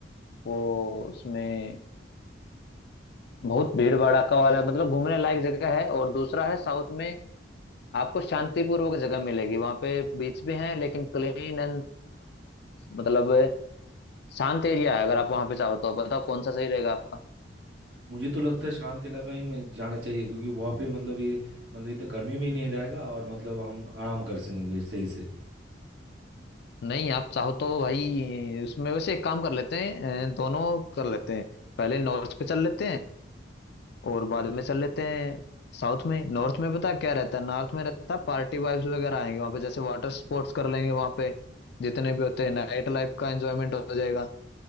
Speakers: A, on the left; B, on the right.
A: वो उसमें बहुत भीड़ भड़ाका वाला मतलब घूमने लायक जगह है और दूसरा है साउथ में आपको शांतिपूर्वक जगह मिलेगी वहां पे बीच भी है लेकिन क्लीन एंड मतलब शांत एरिया है अगर आप वहां पे चाहो तो बताओ कौन सा सही रहेगा आपका
B: मुझे तो लगता है शांत इलाका ही में जाना चाहिए क्योंकि वहाँ पे मतलब ये मतलब इतना गर्मी में ही नहीं रहेगा और मतलब हम आराम कर सकेंगे सही से
A: नहीं आप चाहो तो भाई उसमें वैसे एक काम कर लेते हैं अ, दोनों कर लेते हैं पहले नॉर्थ पे चल लेते हैं और बाद में चल लेते हैं साउथ में नॉर्थ में पता है क्या रहता है नॉर्थ में रहता है पार्टी वाइब्स वगैरह आएंगे वहां पे जैसे वाटर स्पोर्ट्स कर लेंगे वहां पे जितने भी होते हैं नाइट लाइफ का एंजॉयमेंट हो जाएगा